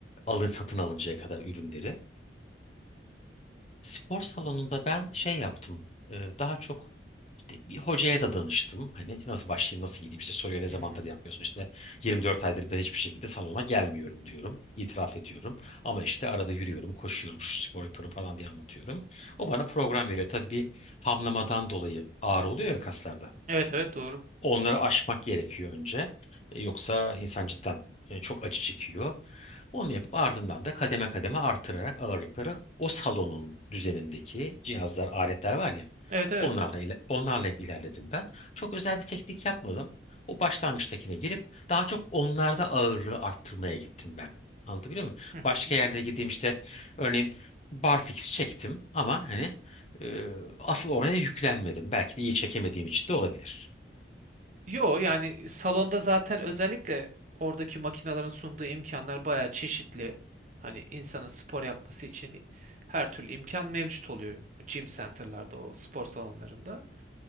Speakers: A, on the left; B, on the right.
A: alın satın alıncaya kadar ürünleri. Spor salonunda ben şey yaptım. e, daha çok işte bir hocaya da danıştım. Hani nasıl başlayayım, nasıl gideyim işte soruyor ne zamandır
B: Hı hı.
A: yapmıyorsun. İşte 24 aydır ben hiçbir şekilde salona gelmiyorum diyorum. İtiraf ediyorum. Ama işte arada yürüyorum, koşuyorum, şu spor yapıyorum falan diye anlatıyorum. O bana program veriyor. Tabii bir hamlamadan dolayı ağır
B: Hı
A: oluyor
B: hı.
A: ya kaslarda.
B: Evet evet doğru.
A: Onları aşmak gerekiyor önce. E, Yoksa insan cidden e, çok acı çekiyor. Onu yapıp ardından da kademe kademe artırarak ağırlıkları o salonun düzenindeki cihazlar, aletler var ya
B: Evet evet.
A: onlarla ile, onlarla hep ilerledim ben. Çok özel bir teknik yapmadım. O başlangıçtakine girip daha çok onlarda ağırlığı arttırmaya gittim ben. Anlatabiliyor muyum?
B: Hı hı.
A: Başka yerlere gideyim işte örneğin barfix çektim ama hani e, asıl oraya yüklenmedim. Belki de iyi çekemediğim için de olabilir.
B: Yo yani salonda zaten özellikle oradaki makinaların sunduğu imkanlar bayağı çeşitli. Hani insanın spor yapması için her türlü imkan mevcut oluyor gym center'larda o spor salonlarında.